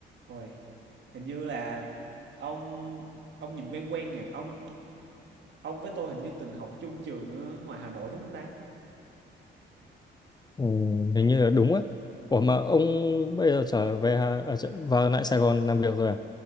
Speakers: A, on the right; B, on the left.
A: Ôi, hình như là ông ông nhìn quen quen nhỉ? Ông ông với tôi hình như từng học chung trường ở ngoài Hà Nội đúng không ta?
B: Ừ, hình như là đúng á. Ủa mà ông bây giờ trở về Hà- à, trở- vào lại Sài Gòn làm việc rồi à?